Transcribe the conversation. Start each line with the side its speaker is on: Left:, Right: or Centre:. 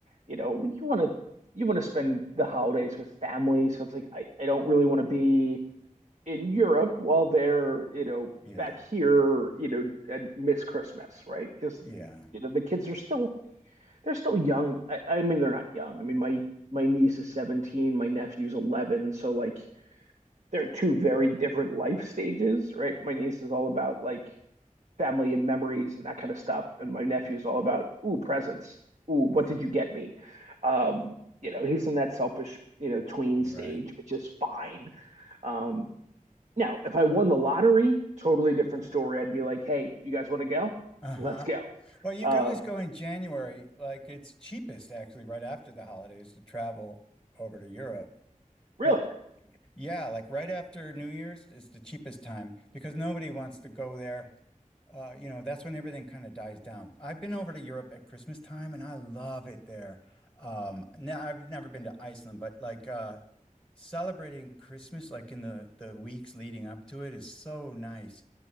Right: you know, you want to you want to spend the holidays with family, so it's like I, I don't really want to be in Europe while they're, you know,
Centre: yeah,
Right: back here, you know, and miss Christmas, right? Because
Centre: yeah,
Right: you know, the kids are still they're still young. I, I mean, they're not young. I mean, my my niece is 17, my nephew's 11, so like they're two very different life stages, right? My niece is all about like family and memories and that kind of stuff, and my nephew's all about ooh, presents. Ooh,
Centre: yeah.
Right: what did you get me? Um, you know, he's in that selfish, you know, tween
Centre: Right.
Right: stage, which is fine. Um, now, if I won the lottery, totally different story. I'd be like, hey, you guys want to go?
Centre: Uh-huh.
Right: Let's go.
Centre: Well, you
Right: Uh,
Centre: could always go in January. Like it's cheapest actually right after the holidays to travel over to Europe.
Right: really,
Centre: But yeah, like right after New Year's is the cheapest time because nobody wants to go there Uh, you know, that's when everything kind of dies down. I've been over to Europe at Christmas time and I love it there. Um, now I've never been to Iceland, but like uh celebrating Christmas like in the the weeks leading up to it is so nice.